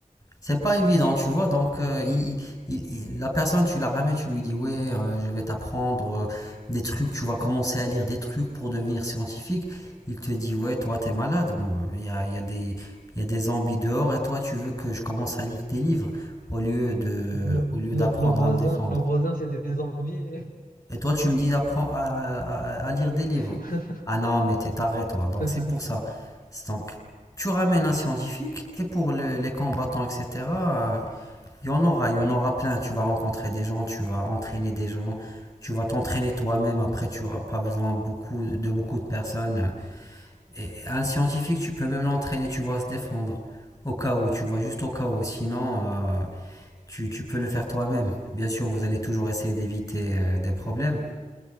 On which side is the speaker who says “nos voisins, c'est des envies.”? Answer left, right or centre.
Left